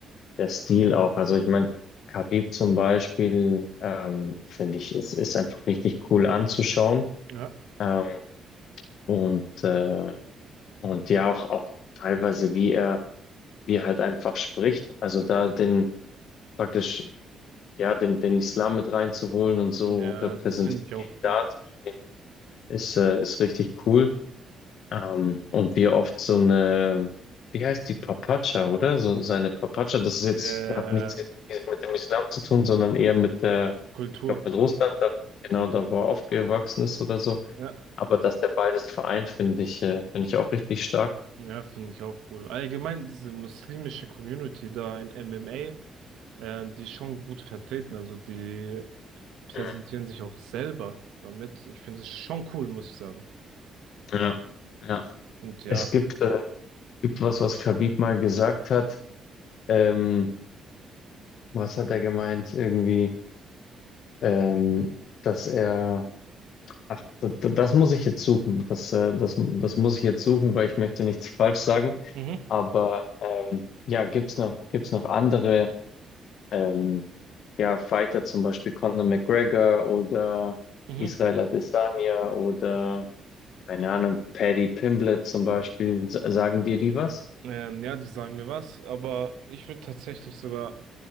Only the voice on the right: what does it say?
Ja,
ja,
das finde ich auch
cool.
Der
Kultur.
Ja,
ja, finde ich auch cool. Allgemein diese muslimische Community da in MMA, ähm, die ist schon gut vertreten. Also die präsentieren
sich auch selber damit. Ich finde es schon cool, muss ich sagen.
Und ja,
Mhm,
mhm.
ähm, ja, die sagen mir was, aber ich würde tatsächlich sogar